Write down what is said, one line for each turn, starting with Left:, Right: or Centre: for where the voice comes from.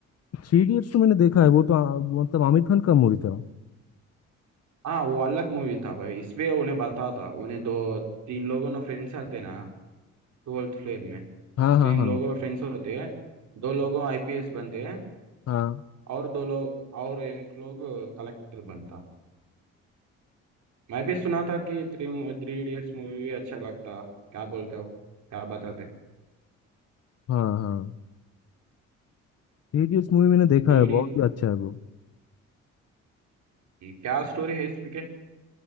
Left: Three idiots तो मैंने देखा है वो तो आ, मतलब आमिर खान का मूवी था
Right: हाँ वो अलग मूवी था भाई इसमें उन्हें बता था उन्हें दो तीन लोगों ने फ्रेंड्स आते ना ट्वेल्थ फ्लेयर में
Left: हाँ
Right: तीन
Left: हाँ हाँ
Right: लोगों में फ्रेंड्स होते हैं दो लोगों आईपीएस बनते हैं
Left: हाँ
Right: और दो लोग और एक लोग कलेक्टर बनता मैं भी सुना था कि थ्री थ्री इडियट्स मूवी भी अच्छा लगता क्या बोलते हो क्या बताते
Left: हाँ हाँ थ्री इडियट्स मूवी मैंने देखा
Right: Three
Left: है
Right: idiot
Left: बहुत ही अच्छा है वो
Right: क्या स्टोरी है इसमें के